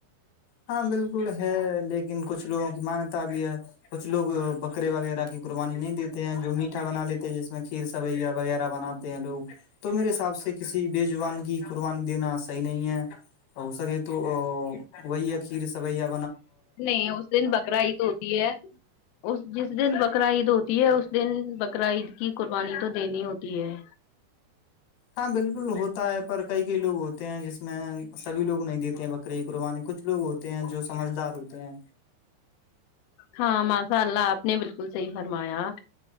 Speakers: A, on the left; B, on the left.
A: ہاں بالکل ہے لیکن کچھ لوگوں کی مانتا بھی ہے کچھ لوگ بکرے وغیرہ کی قربانی نہیں دیتے ہیں جو میٹھا بنا لیتے جس میں کھیر سویا وغیرہ بناتے ہیں لوگ تو میرے حساب سے کسی بےجبان کی قربانی دینا صحیح نہیں ہے <inaudible> کھیر سبیا
B: نہیں اس دن بقرا عید ہوتی ہے اس جس دن بقر عید ہوتی ہے اس دن بقر عید کی قربانی تو دینی ہوتی ہے
A: ہاں بالکل ہوتا ہے <inaudible> پر کئی کئی لگ ہوتے جس میں سبھی لوگ نہیں دیتے ہیں بکرے کچھ لوگ ہوتے ہیں جو سمجھدار ہوتے ہیں
B: ہاں ماشاء اللہ آپ نے بالکل صحیح فرمایا